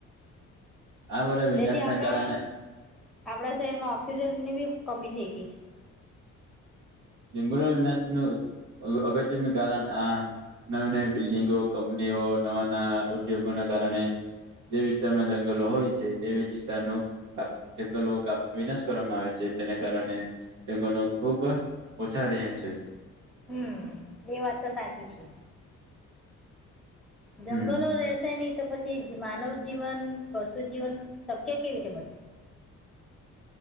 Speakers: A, on the right; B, in the centre.
A: આ બધા વિનાશના
B: તેથી આપણા
A: કારણે
B: આપણા શહેરમાં ઓક્સિજન ની બી કમી થઈ ગઈ છે.
A: જંગલોનું વિનાશનું અગત્યનું કારણ આ નવી નવી બિલ્ડિંગો, કંપનીઓ નવા નવા ઉદ્યોગોના કારણે જે વિસ્તારમાં જંગલો હોય છે, તે વિસ્તારનો આ જંગલો કાપ વિનાશ કરવામાં આવે છે. તેના કારણે જંગલો ખુબ ઓછા રહ્યા છે.
B: હમ્મ એ વાત તો સાચી છે. જંગલો
A: હમ
B: રહેશે નહી તો પછ છી માનવ જીવન, પશુ જીવન શક્ય કેવી રીતે બનશે?